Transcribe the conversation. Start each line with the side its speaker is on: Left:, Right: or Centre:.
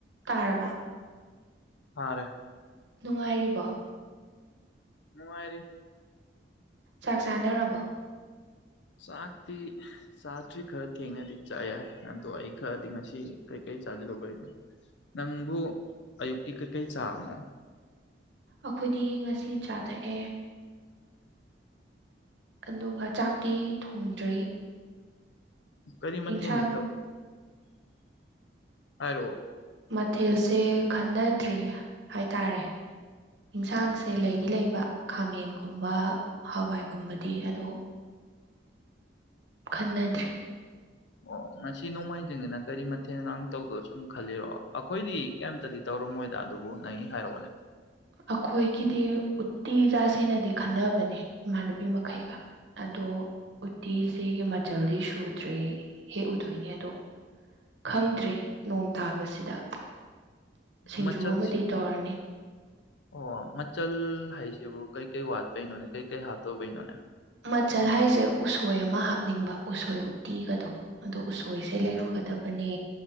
Right: ꯇꯥꯔꯕ
Left: ꯍꯔꯦ
Right: ꯅꯨꯡꯉꯥꯏꯔꯤꯕꯣ
Left: ꯅꯨꯉꯥꯏꯔꯤ
Right: ꯆꯥꯛ ꯆꯥꯅꯔꯕꯣ
Left: ꯆꯥꯛꯇꯤ ꯆꯥꯗ꯭ꯔꯤ ꯈꯔ ꯊꯦꯡꯅꯗꯤ ꯆꯥ ꯌꯥꯏ ꯑꯗꯣ ꯑꯩ ꯈꯔꯗꯤ ꯉꯁꯤ ꯀꯩꯀꯩ ꯆꯥꯖꯤꯜꯂꯨꯕꯩꯅꯤ ꯅꯪꯕꯨ ꯑꯌꯨꯛꯀꯤ ꯀꯩꯀꯩ ꯆꯥꯝꯃꯣ
Right: ꯑꯈꯣꯏꯗꯤ ꯉꯁꯤ ꯆꯥꯊꯛꯑꯦ꯫ ꯑꯗꯨꯒ ꯆꯥꯛꯇꯤ ꯊꯣꯡꯗ꯭ꯔꯤ꯫
Left: ꯀꯔꯤ ꯃꯊ‌ꯦꯟꯗꯤ
Right: ꯏꯟꯁꯥꯡ
Left: ꯇꯧ ꯍꯥꯏꯔꯛꯑꫭ꯫
Right: ꯃꯊꯦꯜꯁꯦ ꯈꯟꯅꯗ꯭ꯔꯤ ꯍꯥꯏꯇꯥꯔꯦ꯫ ꯏꯟꯁꯥꯡꯁꯦ ꯂꯩꯗꯤ ꯂꯩꯕ ꯈꯥꯃꯦꯟꯒꯨꯝꯕ ꯍꯋꯥꯏꯒꯨꯝꯕꯗꯤ ꯑꯗꯣ꯫ ꯈꯟꯅꯗ꯭ꯔꯤ꯫
Left: ꯑꯣ ꯉꯁꯤ ꯅꯣꯡꯃꯥꯏꯖꯤꯡꯅꯤꯅ ꯀꯔꯤ ꯃꯊꯦꯜꯒꯥꯡ ꯇꯧꯗꯣ ꯁꯨꯝ ꯈꯜꯂꯤꯔꯣ ꯑꯩꯈꯣꯏꯗꯤ꯫ ꯀꯩꯝꯇꯗꯤ ꯇꯧꯔꯝꯃꯣꯏꯗ ꯑꯗꯨꯕꯨ ꯅꯪꯒꯤ ꯍꯥꯏꯔꯛꯑꯣꯅꯦ
Right: ꯑꯩꯈꯣꯏꯒꯤꯗꯤ ꯎꯇꯤ ꯆꯥꯁꯦꯅꯗꯤ ꯈꯟꯅꯕꯅꯦ ꯏꯃꯥꯟꯅꯕꯤ ꯃꯈꯩꯒ ꯑꯗꯣ ꯎꯇꯤꯁꯤꯒꯤ ꯃꯆꯜꯗꯤ ꯁꯨꯗ꯭ꯔꯤ ꯍꯦꯛꯎꯗꯣꯏꯅꯦ ꯑꯗꯣ ꯈꯪꯗ꯭ꯔꯤ ꯅꯣꯡ ꯇꯥꯕꯁꯤꯗ ꯁꯤꯡꯖꯨ
Left: ꯃꯆꯜ
Right: ꯑꯃꯗꯤ ꯇꯧꯔꯅꯤ
Left: ꯑꯣ ꯃꯆꯜ ꯍꯥꯏꯁꯤꯕꯨ ꯀꯩꯀꯩ ꯋꯥꯠꯇꯣꯏꯅꯣꯅꯦ ꯀꯩꯀꯩ ꯍꯥꯞꯇꯧꯕꯩꯅꯣꯅꯦ
Right: ꯃꯆꯜ ꯍꯥꯏꯁꯦ ꯎꯁꯣꯏ ꯑꯃ ꯍꯥꯞꯅꯤꯡꯕ ꯎꯁꯣꯏ ꯎꯠꯇꯤꯒꯗꯣ ꯑꯗꯣ ꯎꯁꯣꯏꯁꯦ ꯂꯩꯔꯨꯒꯗꯕꯅꯦ